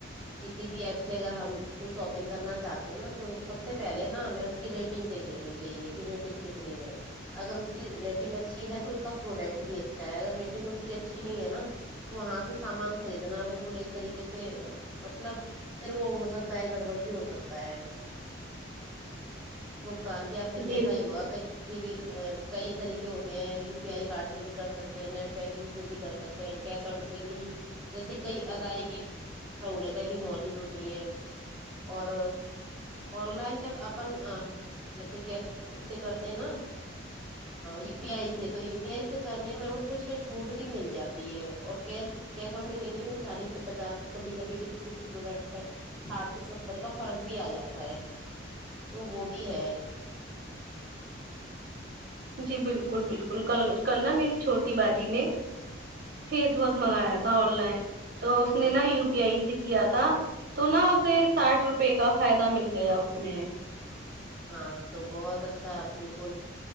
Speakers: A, in the centre; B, on the right (about 45°).
A: کسی بھی ایپ سے اگر ہم کوئی شاپنگ کرنا چاہتے ہیں نا تو سب سے پہلے نہ ہمیں اس کی ریٹنگ دیکھ لینی چاہیے کہ ریٹنگ کتنی ہے اگر اس کی ریٹنگ اچھی ہے تو اس کا پروڈکٹ بھی اچھا ہے اگر ریٹنگ اس کی اچھی نہیں ہے نا تو وہاں سے سامان خریدنا بالکل ایک طریقے سے مطلب پھر وہ ہو سکتا ہے گڑبڑ بھی ہو سکتا ہے بھگتان کے آپ نے دیکھا
B: جی
A: ہی ہو کہیں کے کئی طریقے ہوتے ہیں یو پی آئی کارڈ سے بھی کر سکتے ہیں نیٹ بینکنگ سے بھی کر سکتے ہیں کیش آن ڈیلیوری جیسے کئی ادائیگی سہولتیں بھی موجود ہوتی ہیں اور آن لائن جب اپن جیسے کہ اسے کرتے ہیں نا یو پی آئی سے تو یو پی آئی سے کرنے میں ہم کچھ ہے چھوٹ بھی مل جاتی ہے اور کیش کیش آن ڈیلیوری میں چالیس سے پچاس کبھی کبھی کسی کسی پروڈکٹ پہ ساٹھ سے ستر کا فرق بھی آ جاتا ہے تو وہ بھی ہے
B: جی بالکل بالکل کل کل نا میری چھوٹی باجی نے فیس واس
A: ہاں
B: منگایا تھا تھا آن لائن تو اس نے نا
A: جی
B: یو پی آئی سے کیا تھا تو نا اسے ساٹھ روپے کا فائدہ مل گیا اس میں
A: ہاں تو بہت اچھا بالکل